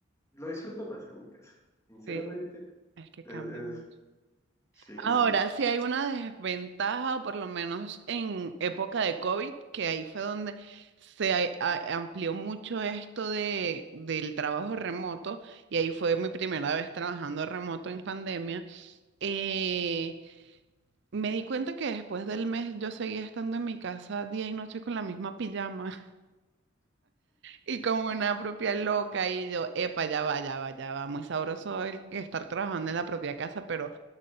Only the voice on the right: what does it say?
Sí, es que
cambia
mucho.
Ahora,
sí hay una desventaja, o por lo menos en época de COVID, que ahí fue donde se a- a- amplió mucho esto de, del trabajo remoto, y ahí fue mi primera vez trabajando remoto en pandemia. Eh, me di cuenta que después del mes yo seguía estando en mi casa día y noche con la misma pijama. Y como una propia loca, y yo, epa, ya va, ya va, ya va. Muy sabroso el que estar trabajando en la propia casa, pero